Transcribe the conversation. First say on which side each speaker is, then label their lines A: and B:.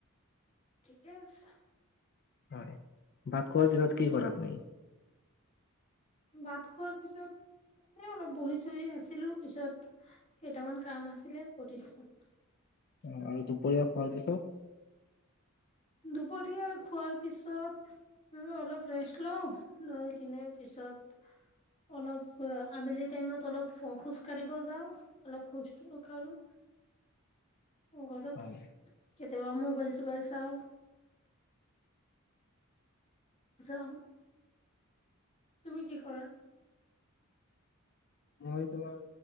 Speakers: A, on the left; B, on the left.
A: ঠিকে আছে।
B: হ'য়। বাদ খোৱাৰ পিছত কি কৰা তুমি?
A: ভাত খোৱাৰ পিছত এনে অলপ বহি চহি আছিলু। পিছত কেইটামান কাম আছিল, কৰিছু।
B: অ', ৰু দুপৰীয়া খোৱাৰ পিছত?
A: দুপৰীয়া খোৱাৰ পিছত অলপ ৰেষ্ট লওঁ। লৈ কিনে পিছত অলপ আ আবেলি টাইমত অলপ খোজ কাঢ়িব যাওঁ। অলপ খোজকাঢ়ো। গৰত,
B: হয়
A: কেত তে মোবাইল চোবাইল চাওঁ। জাঙ। তুমি কি কৰা?
B: মই তোমাৰ